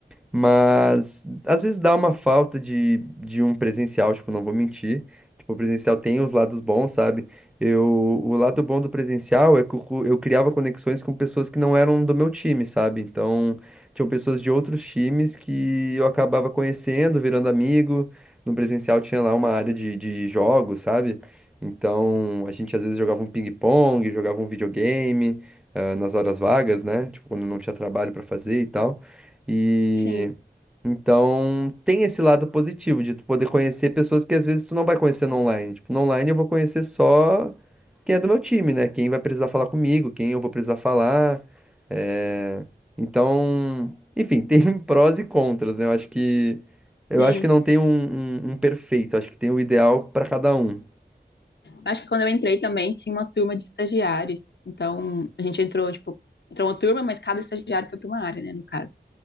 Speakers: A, in the centre; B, on the left.
A: mas às vezes dá uma falta de, de um presencial, tipo, não vou mentir. Tipo, o presencial tem os lados bons, sabe? Eu, o lado bom do presencial é que eu, cu- eu criava conexões com pessoas que não eram do meu time, sabe? Então, tinham pessoas de outros times que eu acabava conhecendo, virando amigo. No presencial tinha lá uma área de, de jogos, sabe? Então, a gente às vezes jogava um ping-pong, jogava um videogame, ah, nas horas vagas, né? Tipo, quando não tinha trabalho pra fazer e tal. E
B: Sim,
A: então tem esse lado positivo de tu poder conhecer pessoas que às vezes tu não vai conhecer no online. Tipo, no online eu vou conhecer só quem é do meu time, né? Quem vai precisar falar comigo, quem eu vou precisar falar. É, Então, enfim, <laughs> tem prós e contras, né? Eu acho que eu
B: sim.
A: acho que não tem um, um- um perfeito, acho que tem o ideal para cada um.
B: Acho que quando eu entrei também tinha uma turma de estagiários. Então, a gente entrou, tipo, entrou uma turma, mas cada estagiário foi para uma área, né, no caso.